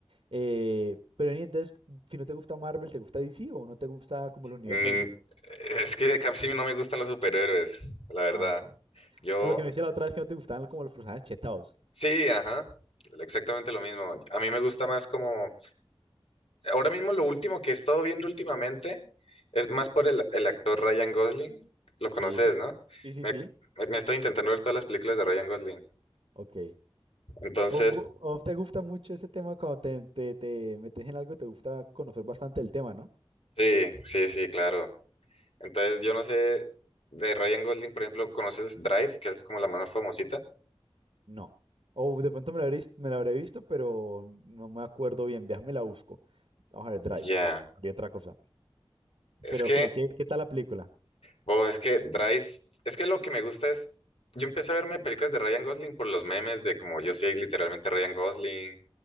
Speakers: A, on the right; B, on the left.
A: eh, pero ni entonces, si no te gusta Marvel, ¿te gusta DC o no te gusta como el universo
B: Ni-
A: de los... super-
B: es que casi no me gustan los superhéroes, la verdad.
A: Ah, ok.
B: Yo,
A: Por lo que me decía la otra vez que no te gustaban como los personajes chetados.
B: sí, ajá, exactamente lo mismo. A mí me gusta más como ahora mismo lo último que he estado viendo últimamente es más por el, el actor Ryan Gosling. Lo conoces,
A: Sí,
B: ¿no?
A: sí, sí,
B: Me,
A: sí.
B: me estoy intentando ver todas las películas de Ryan Gosling.
A: Ok.
B: Entonces,
A: ¿O, vo- o te gusta mucho ese tema cuando te, te, te metes en algo, te gusta conocer bastante el tema, ¿no?
B: sí, sí, sí, claro. Entonces, yo no sé, de Ryan Gosling, por ejemplo, ¿conoces Drive, que es como la más famosita?
A: No. O de pronto me la habré, vis- me la habré visto, pero no me acuerdo bien. Déjame la busco. Vamos a ver, Drive.
B: Ya.
A: Ay, había otra cosa.
B: Es
A: Pero,
B: que,
A: ¿qué? ¿Qué, qué tal la película?
B: wow, es que Drive, es que lo que me gusta es, yo empecé a verme películas de Ryan Gosling por los memes de como yo soy literalmente Ryan Gosling